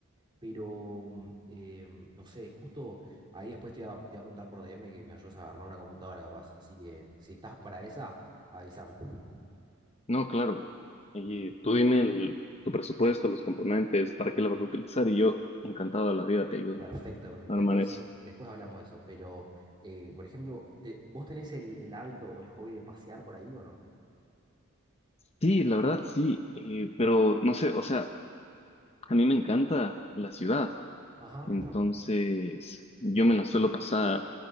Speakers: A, on the right; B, on the left.
A: pero, mm, em, no sé, justo ahí después te iba, te iba a preguntar por DM que me ayudes a armar una computadora capaz. Así que si estás para esa, avísame.
B: No, claro. Y tú dime el- tu presupuesto, los componentes, para qué la vas a utilizar y yo encantado de la vida te ayudo
A: Perfecto, perfecto.
B: a armar
A: Después,
B: eso.
A: después hablamos de eso. Pero, eh, por ejemplo, te- ¿vos tenés el, el hábito o el hobby de pasear por ahí o no?
B: Sí, la verdad sí, eh, pero no sé, o sea, a mí me encanta la ciudad.
A: Ajá.
B: Entonces, yo me la suelo pasar